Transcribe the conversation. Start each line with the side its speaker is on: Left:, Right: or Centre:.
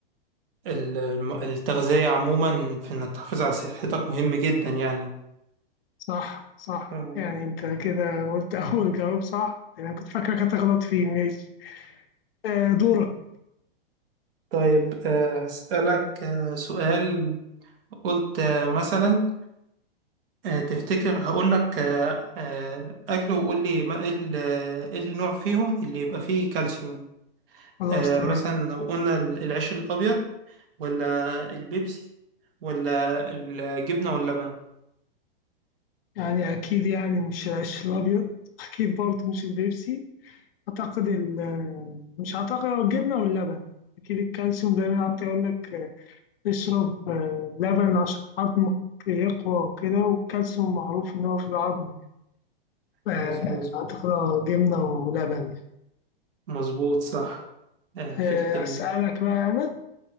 Right: ال- الم- التغذية عموما في إنك تحافظ على صحتك مهم جدا يعني
Left: صح صح
Right: <laughs> آه.
Left: يعني انت كده قلت <laughs> اول جواب صح يعني انا كنت فاكرك هتغلط فيه ماشي آه دورك
Right: طيب آه، هسألك آه، سؤال قلت آه، مثلا آه، تفتكر هقول لك آه، آه، أكل وقول لي ما- إيه ال- إيه النوع فيهم اللي يبقى فيه كالسيوم
Left: خلاص
Right: آه
Left: تمام
Right: مثلا لو قلنا ال- العيش الأبيض ولا البيبسي ولا الجبنة واللبن
Left: يعني اكيد يعني مش العيش الابيض <laughs> اكيد برضه مش البيبسي اعتقد ال- آه، مش اعتقد هو الجبنه واللبن اكيد الكالسيوم دايما قعدت يقول لك آه، اشرب آه، لبن عشان عظمك يقوى وكده والكالسيوم معروف ان هو في العظم آه،
Right: مظبوط
Left: أعتقد جبنة ولبن يعني
Right: مظبوط صح آه فكرة
Left: آه،
Right: ال
Left: أسألك بقى أنا